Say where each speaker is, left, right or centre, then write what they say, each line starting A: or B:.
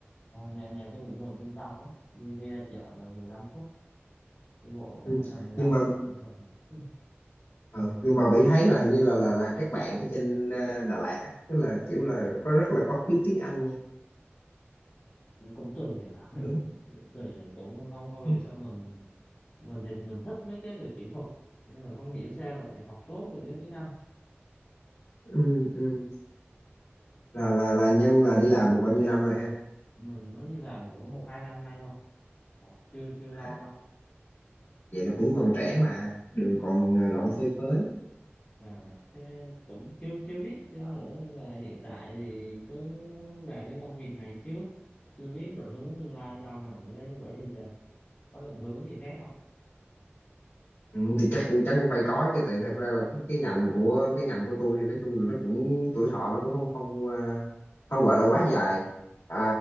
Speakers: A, on the left (about 40°); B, on the left (about 80°).
A: nhà nhà tôi cũng gần trung tâm á đi đi ra chợ gần mười lăm phút đi bộ cũng
B: ừ.
A: tầm mười lăm
B: nhưng mà
A: phút cũng gần <laughs>
B: ờ, nhưng mà Vĩ thấy là hình như là là là các bạn ở trên ờ, Đà Lạt á tức là kiểu là có rất là có khiếu tiếng Anh nha
A: cũng cũng tùy rồi <laughs>
B: đúng
A: cũng tùy rồi cũng không không
B: không?
A: hiểu sao mình mình thì, thì mình thích mấy cái về kỹ thuật nhưng mà không hiểu sao lại học tốt được cái tiếng Anh
B: ừ, ừ. là là là nhân là đi làm được bao nhiêu năm rồi ha
A: mình mới đi làm cũng một hai năm nay thôi Ờ, chưa chưa lâu
B: À,
A: đâu
B: vậy là cũng còn trẻ mà đường còn à, lộn phơi phới
A: à thế cũng chưa chưa biết chưa nữa nhưng mà hiện tại thì cứ làm cái công việc này trước chưa biết định hướng tương lai sau này thế vậy thì sao có định hướng gì khác không
B: ừ, thì chắc chắc phải có chứ tại thật ra là cái cái ngành của cái ngành của tôi thì nói chung là nó cũng tuổi thọ nó cũng không không à, không gọi là quá dài à,